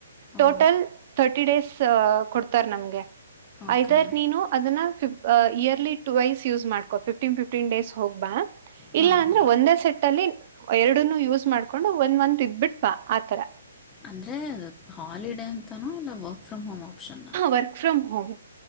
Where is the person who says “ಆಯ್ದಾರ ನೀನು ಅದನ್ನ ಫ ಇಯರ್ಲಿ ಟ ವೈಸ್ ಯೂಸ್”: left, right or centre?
Right